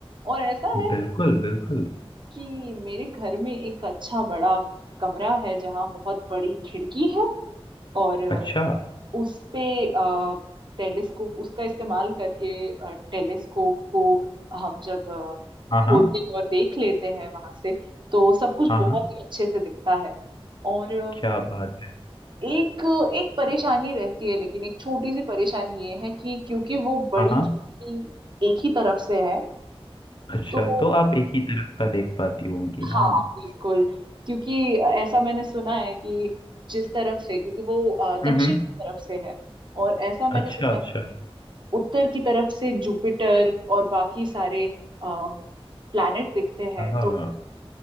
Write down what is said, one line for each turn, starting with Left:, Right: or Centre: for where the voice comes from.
Right: और ऐसा है
Left: बिल्कुल बिल्कुल
Right: कि मेरे घर में एक अच्छा बड़ा कमरा है जहाँ बहुत बड़ी खिड़की है और
Left: अच्छा
Right: उस पे अ, टेलीस्कोप उसका इस्तेमाल करके अ, टेलीस्कोप को हम जब अ,
Left: हाँ हाँ
Right: खोलते हैं और देख लेते हैं वहां से तो सब कुछ
Left: हाँ
Right: बहुत
Left: हाँ
Right: ही अच्छे से दिखता है और अ,
Left: क्या बात है
Right: एक एक परेशानी रहती है लेकिन एक छोटी सी परेशानी ये है कि क्योंकि वो बड़ी
Left: हाँ हाँ
Right: खिड़की एक ही तरफ से है
Left: अच्छा
Right: तो
Left: तो आप एक ही तरफ का देख पाती होंगी
Right: हाँ
Left: हाँ
Right: बिल्कुल क्योंकि ऐसा मैंने सुना है कि जिस तरफ से क्योंकि वो अ, दक्षिण
Left: हम्म हम्म,
Right: की तरफ से है और ऐसा मैंने
Left: अच्छा
Right: सुना
Left: अच्छा
Right: है उत्तर की तरफ से जुपिटर और बाकी सारे प्लैनेट दिखते हैं
Left: हाँ
Right: तो